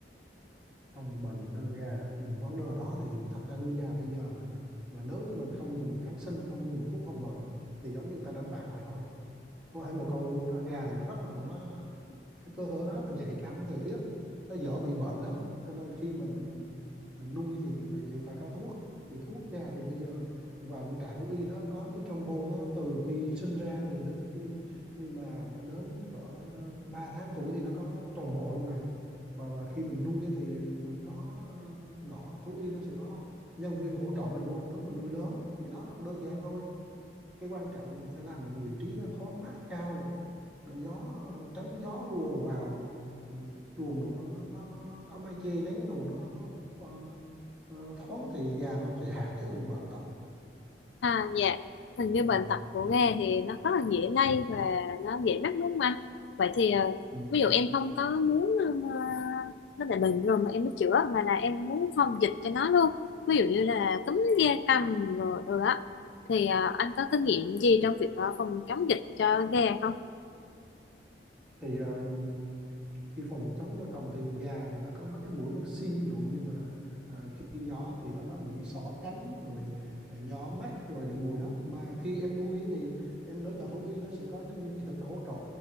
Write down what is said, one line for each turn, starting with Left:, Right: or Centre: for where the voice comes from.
Centre: phòng bệnh cho gà ừ, vấn đề đó thì thật ra nuôi gà bây giờ mà mà nếu như mình không dùng kháng sinh không dùng thuốc phòng bệnh thì giống như ta đánh bạc vậy thôi có thể một câu luôn đó gà thì nó rất là nó cái cơ thể nó rất là nhạy cảm với thời tiết nó dễ bị bệnh lắm cho nên khi mà mình mình nuôi thì phải thì phải có thuốc thì thuốc ra thì bây giờ vào những trại thú y nó có cái combo nó từ khi sinh ra thì đến khi khi mà nó đến cỡ ờ, 3 tháng tuổi thì nó có toàn bộ luôn mà và và khi mình nuôi ấy thì mình có ờ, ngõ thú y nó sẽ có nhân viên hỗ trợ mình luôn nếu mình nuôi lớn thì đó nó cũng đơn giản thôi cái quan trọng là mình phải làm những vị trí nó thoáng mát cao để gió ờ, tránh gió lùa đồ vào ừ, chuồng đồ nó nó nó nó nó có mái che nắng đồ nó ờ, Ờ, nó thoáng thì gà nó sẽ hạn chế được bệnh tật
Left: À dạ, hình như
Centre: ừ.
Left: bệnh tật của Nga thì nó rất là dễ lây và nó dễ mắc đúng không anh? Vậy thì ờ,
Centre: Ừ.
Left: ví dụ em không có muốn ờ, nó là bệnh rồi mà em mới chữa mà là em muốn phòng dịch cho nó luôn. Ví dụ như là cúm da cầm rồi rồi á thì ờ, anh có kinh nghiệm gì trong việc ờ, phòng chống dịch cho gà không?
Centre: thì um, khi phòng chống gia cầm thì gà thì nó có mấy cái mũi vaccine ví dụ như mà ờ, khi nhỏ thì nó có mũi xỏ cánh rồi ờ, nhỏ mắt rồi những mũi đó mà khi em nuôi ấy thì em đến vào thú y nó sẽ có nhân viên kỹ thuật nó hỗ trợ